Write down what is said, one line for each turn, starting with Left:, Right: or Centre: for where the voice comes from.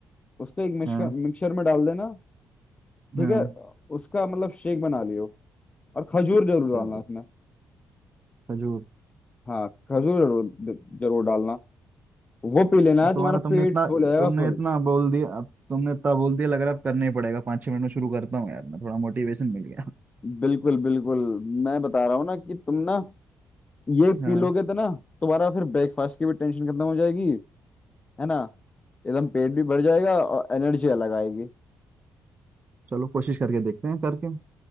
Left: उसको एक मिक्सचर
Right: हाँ
Left: मिक्सचर में डाल देना ठीक
Right: हाँ
Left: है उसका मतलब शेक बना लियो और खजूर जरूर
Right: चलो
Left: डालना उसमें
Right: खजूर
Left: हाँ खजूर जरूर जरूर डालना वो पी लेना
Right: अब
Left: है
Right: तुम्हारा
Left: तुम्हारा
Right: तुमने
Left: पेट
Right: इतना
Left: फुल हो जाएगा
Right: तुमने
Left: फुल
Right: इतना बोल दिया अब तुमने इतना बोल दिया लग रहा है अब करना ही पड़ेगा पाँच छह मिनट में शुरू करता हूँ यार मैं थोड़ा मोटिवेशन मिल गया
Left: बिल्कुल बिल्कुल मैं बता रहा हूँ ना कि तुम ना ये
Right: हाँ
Left: पी लोगे तो ना तुम्हारा फिर ब्रेकफास्ट की भी टेंशन खत्म हो जाएगी है ना एकदम पेट भी भर जाएगा और एनर्जी अलग आएगी
Right: चलो कोशिश करके देखते हैं करके